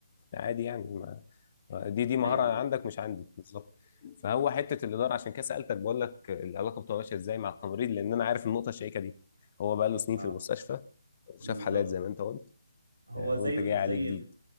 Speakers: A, on the left (about 35°); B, on the right (about 65°).
A: عادي يعني
B: مم.
A: دي دي مهارة
B: ايوه
A: عندك
B: ايوه
A: مش عندي بالظبط فهو حتة الإدارة عشان كده سألتك بقول لك العلاقة بتبقى ماشية إزاي مع التمريض لأن أنا عارف النقطة الشائكة دي هو بقى له سنين
B: اه
A: في المستشفى وشاف
B: بالظبط
A: حالات زي ما أنت قلت
B: هو
A: آه،
B: زي
A: وأنت جاي عليه
B: زي
A: جديد